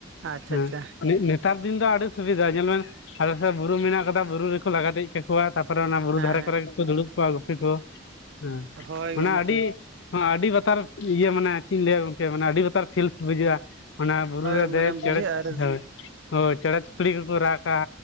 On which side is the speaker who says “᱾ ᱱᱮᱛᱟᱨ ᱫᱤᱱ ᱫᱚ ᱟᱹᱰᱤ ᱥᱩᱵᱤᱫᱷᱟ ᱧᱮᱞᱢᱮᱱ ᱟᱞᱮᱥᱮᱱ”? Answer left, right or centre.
Left